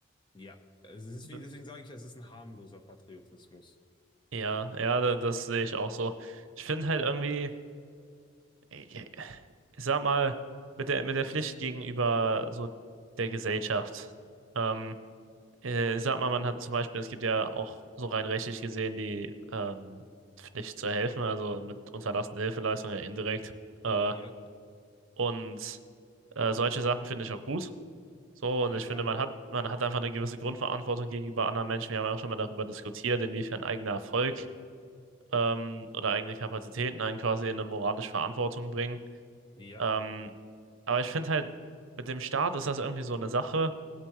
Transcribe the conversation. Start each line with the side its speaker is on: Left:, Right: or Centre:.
Left: Ja. Also, Es ist
Right: D-
Left: wie, deswegen sage ich, es ist ein harmloser Patriotismus.
Right: Ja, ja, da- das sehe ich auch so. Ich finde halt irgendwie, ich ich sag mal, mit der, mit der Pflicht gegenüber so der Gesellschaft. Ähm, Äh, Ich sag mal, man hat zum Beispiel, es gibt ja auch so rein rechtlich gesehen die ähm, Pflicht zu helfen, also mit unterlassener Hilfeleistung ja indirekt. Äh,
Left: Ja.
Right: und äh, solche Sachen finde ich auch gut. So, und
Left: Ja,
Right: ich
Left: klar.
Right: finde, man hat, man hat einfach eine gewisse Grundverantwortung gegenüber anderen Menschen. Wir haben ja auch schon mal darüber diskutiert, inwiefern eigener Erfolg ähm, oder eigene Kapazitäten einen quasi in eine moralische Verantwortung bringen.
Left: Ja.
Right: Ähm, aber ich finde halt, mit dem Staat ist das irgendwie so eine Sache.